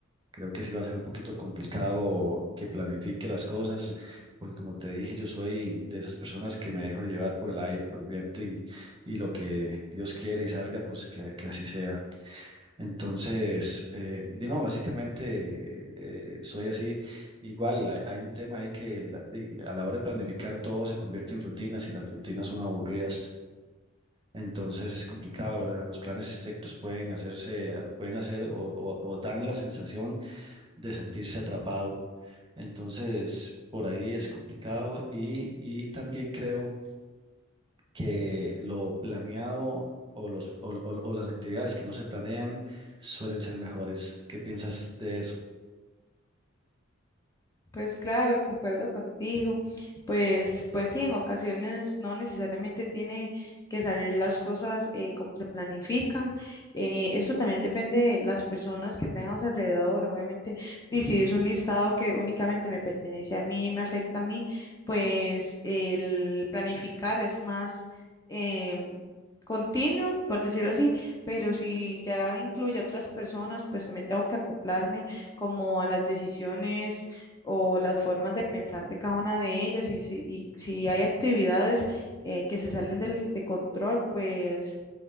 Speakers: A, on the right (about 25°); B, on the left (about 15°).
A: creo que sí va a ser un poquito complicado que planifique las cosas, porque como te dije, yo soy de esas personas que me dejo llevar por el aire, por el viento y, y lo que Dios quiere y salga, pues que que así sea. Entonces, eh, di no, básicamente eh, soy así. Igual hay, hay un tema ahí que la- di, a la hora de planificar todo se convierte en rutinas y las rutinas son aburridas. Entonces es complicado, ¿verdad? Los planes estrictos pueden hacerse, eh, pueden hacer o, o- o dan la sensación de sentirse atrapado. Entonces, por ahí es complicado y, y también creo que lo planeado o, los, o, o- o las actividades que no se planean suelen ser mejores. ¿Qué piensas de eso?
B: Pues claro, concuerdo contigo. Pues, pues sí, en ocasiones no necesariamente tiene que salir las cosas eh, como se planifican. Eh, esto también depende de las personas que tengamos alrededor. Obviamente, y si es un listado que únicamente me pertenece a mí, me afecta a mí, pues el planificar es más em, continuo, por decirlo así. Pero si ya incluye a otras personas, pues también tengo que acoplarme como a las decisiones o las formas de pensar de cada una de ellas y si, y si hay actividades eh, que se salen del, de control, pues,